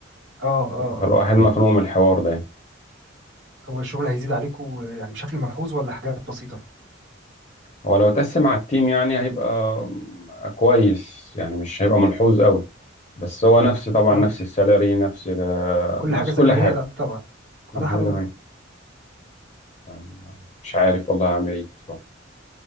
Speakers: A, on the right (about 65°); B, on the left (about 30°).
A: اه اه
B: فالواحد
A: اه
B: مخنوق من الحوار ده
A: هو الشغل هيزيد عليكم آه، يعني بشكل ملحوظ ولا حاجات بسيطة
B: هو لو اتقسم على التيم يعني هيبقى كويس يعني مش هيبقى ملحوظ قوي بس هو نفس طبعا
A: اه
B: نفس السالري نفس
A: كل
B: نفس
A: حاجة زي
B: كل
A: ما
B: حاجة
A: هي لا طبعا
B: كل
A: ما ده
B: حاجة
A: حرام
B: زمان يعني مش عارف والله هعمل ايه بصراحة